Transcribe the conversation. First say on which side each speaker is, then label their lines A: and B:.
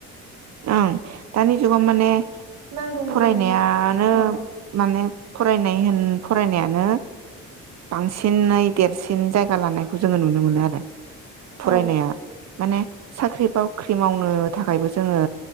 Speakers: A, on the right; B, on the right.
A: ओं दानि जुगाव माने
B: नांगौ
A: फरायनायानो
B: जायो औ
A: माने फरायनाय होन फरायनायानो बांसिनै देरसिन जायगा लानायखौ जोङो नुनो मोनो आरो।
B: औ
A: फरायनाया माने साख्रि बाख्रि मावनो थाखायबो जोङो